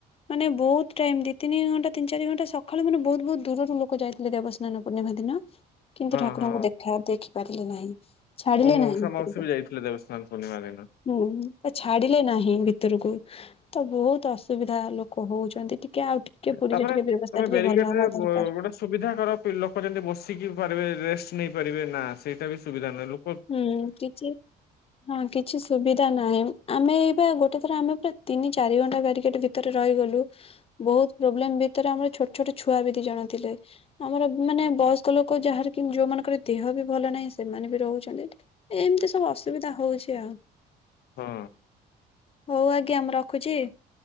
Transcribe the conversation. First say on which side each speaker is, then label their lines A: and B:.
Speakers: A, on the left; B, on the left.
A: ମାନେ ବହୁତ ଟାଇମ୍ ଦି ତିନି ଘଣ୍ଟା ତିନ ଚାରି ଘଣ୍ଟ ସକାଳୁ ମାନେ ବହୁତ ବହୁତ ଦୂରରୁ ଲୋକ ଯାଇଥିଲେ ଦେବସ୍ନାନ ପୂର୍ଣ୍ଣିମା ଦିନ। କିନ୍ତୁ
B: ହଁ
A: ଠାକୁରଙ୍କୁ
B: ହଁ।
A: ଦେଖା ଦେଖି ପାରିଲେ ନାହିଁ ଛାଡିଲେ
B: ମୋ ମଉସା
A: ନାହିଁ ଭିତକୁ।
B: ମାଉସୀ ବି ଯାଇଥିଲେ ଦେବସ୍ନାନ ପୂର୍ଣ୍ଣିମା ଦିନ
A: ହୁଁ ତ ଛାଡିଲେ ନାହିଁ ଭିତରକୁ ତ ବହୁତ ଅସୁବିଧା ଲୋକ ହଉଚନ୍ତି। ଟିକେ ଆଉ ଟିକେ ପୁରୀରେ
B: ତା ପରେ
A: ଟିକେ ବ୍ୟବସ୍ଥା
B: ତମେ
A: ଟିକେ
B: ବେରିଗେଟରେ
A: ଭଲ ହବା
B: ବ
A: ଦରକାର
B: ଗୋଟେ ସୁବିଧା କର। ପି ଲୋକ ଯେମିତି ବସିକି ପାରିବେ ରେଷ୍ଟ ନେଇପାରିବେ ନା ସେଇଟା ବି ସୁବିଧା ନୁହେଁ। ଲୋ
A: ହୁଁ କିଛି ହଁ କିଛି ସୁବିଧା ନାହିଁ। ଆମେ ଏଇ ପା ଗୋଟେ ଥର ଆମେ ପୁରା ତିନି ଚାରି ଘଣ୍ଟା ଵ୍ୟାରିକେଟ୍ ଭିତ ତରେ ରହିଗଲୁ। ବହୁତ ପ୍ରୋବ୍ଲେମ ଭିତରେ ଆମର ଛୋଟ ଛୋଟ ଛୁଆ ବି ଦି ଜଣ ଥିଲେ। ଆମର ମାନେ ବୟସ୍କ ଲୋକ ଯାହାର କି ଯୋଉମାନଙ୍କର ଦେହ ବି ଭଲ ନାହିଁ ସେମାନେ ବି ରହୁ ଚନ୍ତି ଏମିତି ସବୁ ଅସୁବିଧା ହଉଚି ଆଉ।
B: ହଁ।
A: ହଉ ଆଜ୍ଞା ମୁଁ ରଖୁଚି?